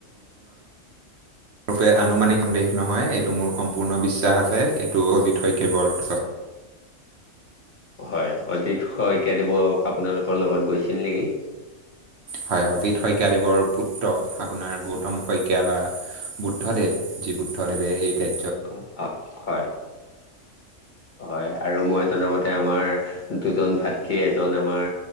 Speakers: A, on the right; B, on the left.
A: <inaudible> ৰূপে আনুমানিক সন্দেহ নহয় এইটো মোৰ সম্পূৰ্ণ বিশ্বাস আছে এইটো অজিত শইকীয়া বৰ <inaudible>
B: হয় অজিত শইকীয়াদেৱৰ আপোনালোকৰ লগত গৈছিল নেকি?
A: হয় অজিত শইকীয়াদেৱৰ পুত্ৰ আপোনাৰ গৌতম শইকীয়া বা বুদ্ধদেৱ যি বুদ্ধদেৱে এই ক
B: অ', হয় হয় আৰু মই জনামতে আমাৰ দুজন ভাতৃ এজন আমাৰ